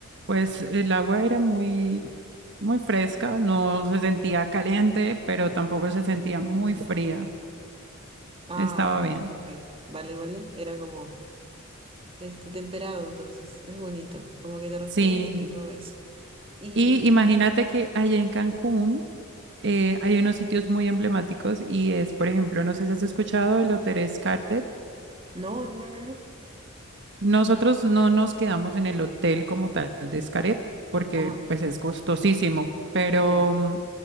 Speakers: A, on the right; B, on the right.
A: pues el agua era muy, muy fresca, no se sentía caliente, pero tampoco se sentía muy fría.
B: Ah,
A: Estaba bien.
B: ok. Vale, vale. Era como... este, temperado, entonces es bonito, como que te refresca
A: Sí.
B: y todo eso. Y
A: Y imagínate que allá en Cancún eh, hay unos sitios muy emblemáticos y es, por ejemplo, no sé si has escuchado el Hotel Xcaret.
B: no, no, no, no, no.
A: Nosotros no nos quedamos en el hotel como tal de Xcaret porque
B: Ajá,
A: pues es costosísimo, pero
B: ya.
A: mm,